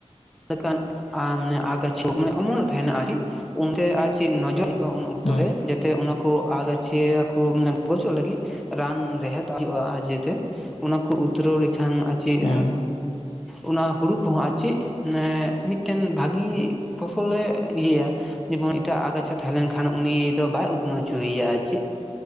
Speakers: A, in the centre; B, on the left.
A: ᱞᱮᱠᱟᱱ <unintelligible> ᱟᱜᱟᱪᱷᱤ ᱢᱟᱱᱮ ᱚᱢᱚᱱᱚᱜ ᱛᱟᱦᱮᱱᱟ ᱟᱨᱠᱤ ᱚᱱᱛᱮ ᱟᱨ ᱪᱮᱫ ᱱᱚᱡᱚᱨ ᱦᱳᱭᱳᱜᱼᱟ ᱩᱱ ᱚᱠᱛᱚ
B: ᱦᱮᱸ
A: ᱨᱮ ᱡᱟᱛᱮ ᱚᱱᱟ ᱠᱚ ᱟᱜᱟᱪᱷᱤ ᱠᱚ ᱜᱚᱡᱚᱜ ᱞᱟᱹᱜᱤᱫ ᱨᱟᱱ ᱨᱮᱦᱮᱫ ᱦᱩᱭᱩᱜᱼᱟ ᱡᱟᱛᱮ ᱚᱱᱟ ᱠᱚ ᱩᱛᱨᱟᱹᱣ ᱞᱮᱠᱷᱟᱱ ᱟᱨ ᱪᱮᱫ
B: ᱦᱮᱸ ᱦᱮᱸ
A: ᱚᱱᱟ ᱦᱩᱲᱩ ᱠᱚᱦᱚᱸ ᱟᱨ ᱪᱮᱫ ᱢᱟᱱᱮ ᱢᱤᱫᱴᱮᱱ ᱵᱷᱟᱜᱤ ᱯᱷᱚᱥᱚᱞᱮ ᱤᱭᱟᱹᱭᱼᱟ ᱡᱮᱢᱚᱱ ᱮᱴᱟᱜ ᱟᱜᱟᱪᱷᱟ ᱛᱟᱦᱮᱸ ᱞᱮᱱᱠᱷᱟᱱ ᱩᱱᱤ ᱫᱚ ᱵᱟᱭ ᱩᱛᱱᱟᱹᱣ ᱦᱚᱪᱚᱭᱮᱭᱟ ᱟᱨ ᱪᱮᱫ,